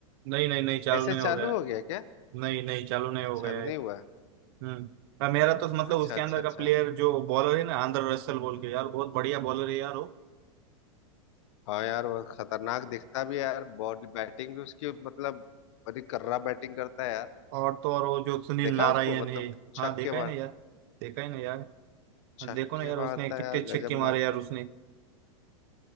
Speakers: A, on the right; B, on the left.
A: नहीं नहीं नहीं चालू
B: ऐसे
A: नहीं
B: चालू
A: हो गया है।
B: हो गया क्या
A: नहीं नहीं चालू नहीं
B: अच्छा
A: हो गया
B: अभी
A: है
B: नहीं हुआ है
A: हम्म हाँ, मेरा तो मतलब
B: अच्छा
A: उसके
B: अच्छा
A: अंदर
B: अच्छा
A: का प्लेयर जो बॉलर है ना आंद्रे रसल बोल के यार बहुत बढ़िया बॉलर है यार वो
B: हाँ यार वो खतरनाक दिखता भी है यार बॉडी बैटिंग भी उसकी मतलब बड़ी कर्रा बैटिंग करता है यार
A: और तो और वो जो सुनील
B: देखा
A: नारायण
B: उसको मतलब
A: है
B: छक्के
A: हाँ देखा है
B: मार
A: ना यार देखा है ना यार
B: छक्के
A: हाँ, देखो ना यार उसने
B: मारता
A: कितने
B: है यार
A: छक्के
B: गजब
A: मारे
B: मारता
A: यार
B: है
A: उसने